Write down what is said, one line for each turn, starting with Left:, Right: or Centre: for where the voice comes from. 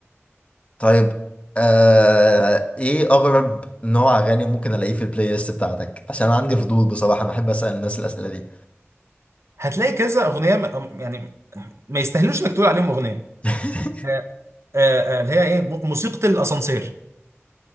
Left: طيب آه ايه اغرب نوع اغاني ممكن الاقيه في البلاي ليست بتاعتك عشان أنا عندي فضول بصراحه انا بحب اسال الناس الاسئله دي
Right: هتلاقي كذا اغنيه م- يعني ما يستاهلوش انك تقول عليهم اغنيه
Left: <laughs>
Right: آه، آه، آه، اللي هي ايه م- موسيقى الاسانسير